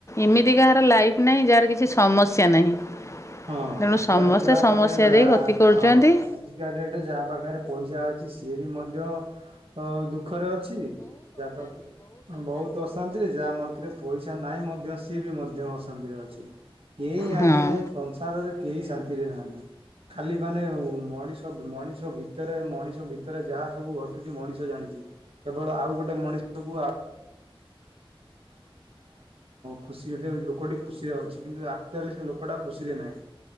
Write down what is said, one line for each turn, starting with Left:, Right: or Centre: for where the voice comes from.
Left: ଏମିତି କାହାର ଲାଇଫ ନାହିଁ ଯାହାର କିଛି ସମସ୍ୟା ନାହିଁ।
Right: ହଁ
Left: ତେଣୁ
Right: ପ୍ରାୟ
Left: ସମସ୍ତେ
Right: ଯାହା
Left: ସମସ୍ୟା
Right: ପାଖରେ ଯାହା
Left: ଦେଇ ଗତି କରୁଛନ୍ତି
Right: ହଁ ଆଜିକା ଡେଟରେ ଯାହା ପାଖରେ ପଇସା ଅଛି ସିଏ ବି ମଧ୍ୟ ଅ ଦୁଃଖରେ ଅଛି। ଯା ପାଖେ ବହୁତ ଅଶାନ୍ତି ରେ ଯାହା ମତରେ ପଇସା ନାହିଁ ମଧ୍ୟ ସିଏ ବି ମଧ୍ୟ ଅଶାନ୍ତିରେ ଅଛି କେହି
Left: ହଁ
Right: ଆଜ୍ଞା। ସଂସାରରେ କେହି ଶାନ୍ତିରେ ନାହାନ୍ତି। ଖାଲି ମାନେ ମଣିଷ ମଣିଷ ଭିତରେ ମଣିଷ ଭିତରେ ଯାହା ସବୁ ଘଟୁଛି ମଣିଷ ଜାଣିଛି। କେବଳ ଆଉ ଗୋଟେ ମଣିଷକୁ ଆଉ ଖୁସିରେ ଲୋକଟି ଖୁସିରେ ଅଛି କିନ୍ତୁ ଆକଚୁଆଲି ଲୋକଟା ଖୁସିରେ ନାହିଁ।